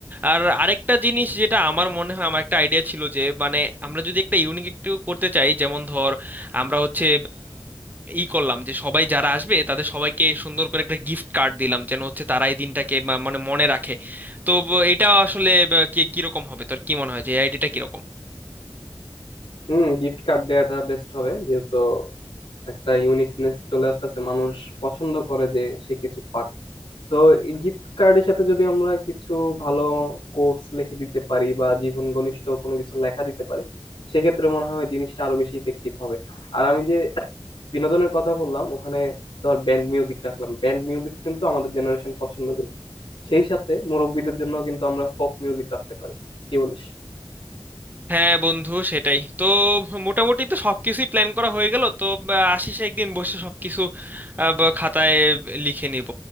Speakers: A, on the right (about 20°); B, on the left (about 70°).
A: আর আরেকটা জিনিস যেটা আমার মনে হয় আমার একটা আইডিয়া ছিল যে মানে আমরা যদি একটা ইউনিক একটু করতে চাই যেমন ধর আমরা হচ্ছে ই করলাম যে সবাই যারা আসবে তাদের সবাইকে সুন্দর করে একটা গিফট কার্ড দিলাম যেন হচ্ছে তারা এই দিনটাকে মা- মানে মনে রাখে তো ব- এটা আসলে ব- কি কিরকম হবে তোর কি মনে হয় যে এই আইডিয়াটা কিরকম
B: হুম গিফট কার্ড দেওয়াটা বেস্ট হবে যেহেতু একটা ইউনিকনেস চলে আসতেছে মানুষ পছন্দ করে যে সে কিছু পাক তো এই গিফট কার্ডের সাথে যদি আমরা কিছু ভালো কোটস লিখে দিতে পারি বা জীবন ঘনিষ্ঠ কোনো কিছু লেখা দিতে পারি সেক্ষেত্রে মনে হয় জিনিসটা আরো বেশি ইফেক্টিভ হবে আর আমি যে বিনোদনের কথা বললাম ওখানে ধর ব্যান্ড মিউজিক রাখলাম ব্যান্ড মিউজিক কিন্তু আমাদের জেনারেশন পছন্দ করবে সেই সাথে মুরব্বীদের জন্য কিন্তু আমরা ফোক মিউজিক রাখতে পারি কি বলিস
A: হ্যাঁ বন্ধু সেটাই তো মোটামুটি তো সবকিছুই প্ল্যান করা হয়ে গেল তো বা, আসিস একদিন বসে সবকিছু আহ, ব- খাতায় লিখে নিব